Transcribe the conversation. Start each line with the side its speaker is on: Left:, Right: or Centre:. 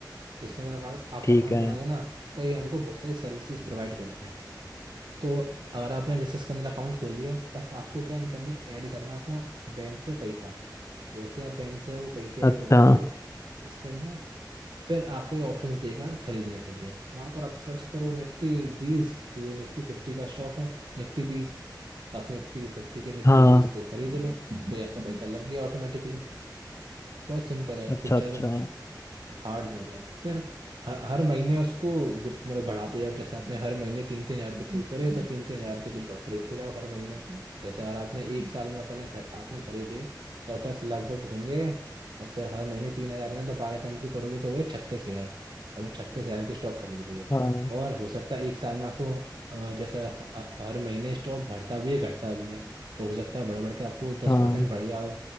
Right: इसके अंदर अकाउंट आप
Left: ठीक
Right: अकाउंट
Left: है
Right: बनाओगे ना तो ये हमको बहुत सारी सर्विसेज प्रोवाइड करते हैं तो अगर आपने जैसे इसके अंदर अकाउंट खोल लिया बस आपको क्या है, इनके अंदर ऐड करना है अपना बैंक से पैसा जैसे आप बैंक से वो पैसे ऐड
Left: अच्छा
Right: करोगे इसके अंदर फिर आपको ये ऑप्शंस देगा खरीदने के लिए वहाँ पर आप सर्च करो निफ्टी बीस तो वो निफ्टी फिफ्टी का स्टॉक है निफ्टी बीस तो आप निफ्टी फिफ्टी के निफ्टी
Left: हाँ
Right: बीस को खरीद लो तो ये आपका पैसा लग गया ऑटोमेटिकली बहुत सिंपल है
Left: अच्छा
Right: कुछ ज़्यादा
Left: अच्छा
Right: हार्ड नहीं है फिर ह- हर महीने उसको ग्रुप मतलब बढ़ाते जाओ जैसे आपने हर महीने तीन तीन हजार रुपये सेव करे तो तीन तीन हजार रुपये के स्टॉक खरीदते जाओ हर महीने जैसे अगर आपने एक साल में अपने खर, आपने खरीदे तो आपके पास लगभग होंगे ऐसे हर महीने तीन हजार है तो बारह कंटू करोगे तो वो छत्तीस हजार आपने छत्तीस हजार के स्टॉक खरीद लिए
Left: हाँ
Right: और हो सकता है एक साल में आपको अ, जैसा ह- ह- हर महीने स्टॉक बढ़ता भी है घटता भी है तो हो सकता है बढ़ बढ़ के आपको दस
Left: हाँ
Right: परसेंट बढ़ गया हो